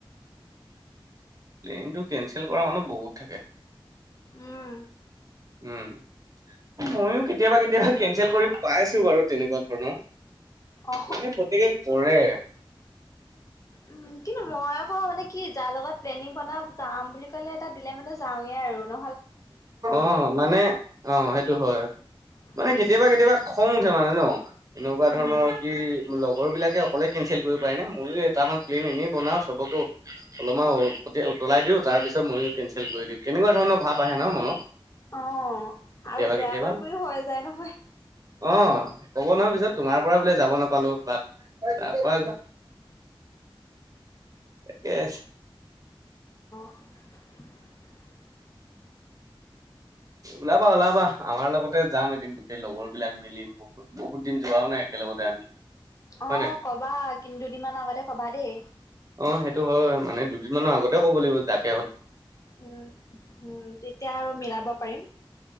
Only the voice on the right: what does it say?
প্লেইনটো কেনচেল কৰা মানুহ বহুত থাকে।
উম, ময়ো কেতিয়াবা কেতিয়াবা কেন চেল কৰি পাইছো বাৰু তেনেকুৱা ধৰণৰ,
মানে প্ৰত্যেকে কৰে।
অঁ মানে অ সেইটো হয়।
মানে কেতিয়াবা কেতিয়াবা খং উঠে মানে যে মোক, এনেকুৱা
ধৰণৰ কি লগৰবিলাক অকলে কেন্সেল কৰিব পাৰে নে, ময়ো এটামান প্লেইন এনেই বনাও চবকে অলমান উ উতলাই দিওঁ তাৰ পিছত ময়ো কেঞ্চেল কৰি দিওঁ কেনেকুৱা ধৰণৰ ভাৱ আহে ন মনত।
কেতিয়াবা
কেতিয়াবা
অ', ক'ব নহয় পিছত তোমাৰ পৰা বোলে যাব নাপালো বাট তাপা, ইয়েচ।
ওলাবা -ওলাবা আমাৰ লগতে যাম এদিন গোটেই লগৰ বিলাক মিলি বহুত -বহুত দিন যোৱাও নাই- একেলগতে আমি।
হয় নাই।
অ সেইটো হয় মানে দুদিন মানৰ আগতে ক'ব লাগিব যাক-